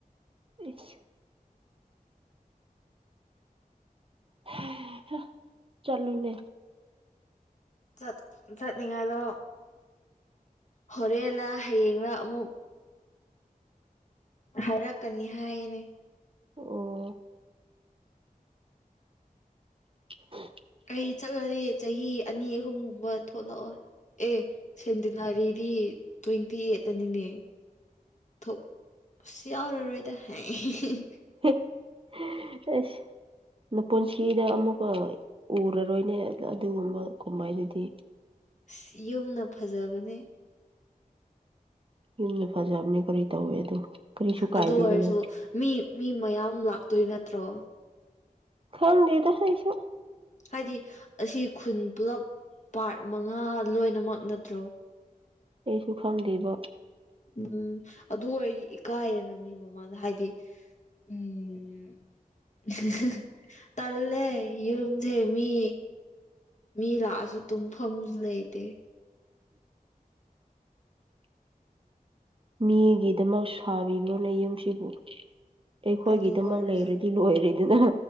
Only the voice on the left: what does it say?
ꯆꯠ ꯆꯠꯅꯤꯡꯉꯥꯏꯗꯣ ꯍꯣꯔꯦꯟꯂ ꯍꯌꯦꯡꯂ ꯑꯃꯨꯛ ꯍꯥꯏꯔꯛꯀꯅꯤ ꯍꯥꯏꯌꯦꯅꯦ
ꯀꯔꯤ ꯆꯠꯂꯗꯤ ꯆꯍꯤ ꯑꯅꯤ ꯑꯍꯨꯝꯒꯨꯝꯕ ꯊꯣꯛꯂꯛꯑꯣ ꯑꯦ ꯁꯦꯟ <unintelligible> ꯇ꯭ꯋꯦꯟꯇꯤ ꯑꯩꯠꯇ ꯅꯤꯅꯦ ꯊꯣꯛ ꯌꯥꯎꯔꯔꯣꯏꯗ <unintelligible>
ꯏꯁ ꯌꯨꯝꯅ ꯐꯖꯕꯅꯦ
ꯑꯗꯨ ꯑꯣꯏꯔꯁꯨ ꯃꯤ ꯃꯤ ꯃꯌꯥꯝ ꯂꯥꯛꯇꯣꯏ ꯅꯠꯇ꯭ꯔꯣ
ꯍꯥꯏꯗꯤ ꯑꯁꯤ ꯈꯨꯟ ꯄꯨꯂꯞ ꯄꯥꯔꯠ ꯃꯉꯥ ꯂꯣꯏꯅꯃꯛ ꯅꯠꯇ꯭ꯔꯣ
ꯎꯝ ꯑꯗꯨ ꯑꯣꯏꯗꯤ ꯏꯀꯥꯏꯔꯦꯅ ꯃꯤ ꯃꯃꯥꯡꯗ ꯍꯥꯏꯗꯤ ꯎꯝ <unintelligible> ꯇꯜꯂꯦ ꯌꯨꯝꯖꯦ ꯃꯤ ꯃꯤ ꯂꯥꯛꯑꯁꯨ ꯇꯨꯝꯐꯝꯖꯨ ꯂꯩꯇꯦ
ꯑꯗꯨ ꯑꯣꯏꯔꯁꯨ